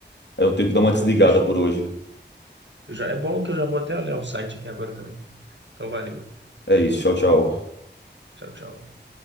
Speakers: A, on the left; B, on the right.
A: Aí eu tenho que dar uma
B: Ah,
A: desligada
B: não, fechou.
A: por hoje.
B: Eu já, é bom que eu já vou até olhar o site aqui agora também. Então, valeu.
A: É isso, tchau, tchau.
B: Tchau, tchau.